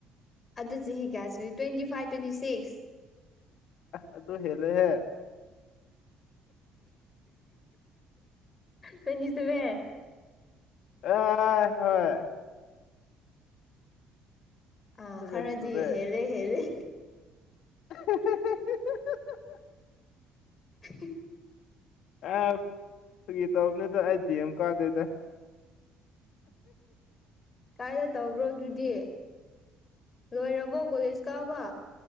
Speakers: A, on the left; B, on the left.
A: ꯑꯗꯨ ꯆꯍꯤ ꯀꯌꯥꯁꯤ ꯇ꯭ꯋꯦꯟꯇꯤ ꯐꯥꯏꯚ ꯇ꯭ꯋꯦꯟꯇꯤ ꯁꯤꯛꯁ
B: ꯑꯥꯁ ꯑꯗꯨ ꯍꯦꯂꯦꯍꯦ
A: ꯇꯣꯏꯟꯇꯤ ꯁꯕꯦꯟ
B: ꯑ ꯍꯣꯏ
A: ꯑ
B: ꯁꯚꯦꯟ
A: ꯈꯔꯗꯤ
B: ꯁꯨꯔꯦ
A: ꯍꯦꯜꯂꯤ ꯍꯦꯜꯂꯤ
B: <unintelligible>
A: <unintelligible>
B: ꯑ ꯐꯒꯤ ꯇꯧꯕꯅꯤꯗ ꯑꯩ ꯗꯤ ꯑꯦꯝ ꯀꯥꯗꯦꯗ
A: ꯀꯥꯏꯗ ꯇꯧꯕ꯭ꯔꯣ ꯑꯗꯨꯗꯤ ꯂꯣꯏꯔꯕꯣ ꯀꯣꯂꯦꯖ ꯀꯥꯕ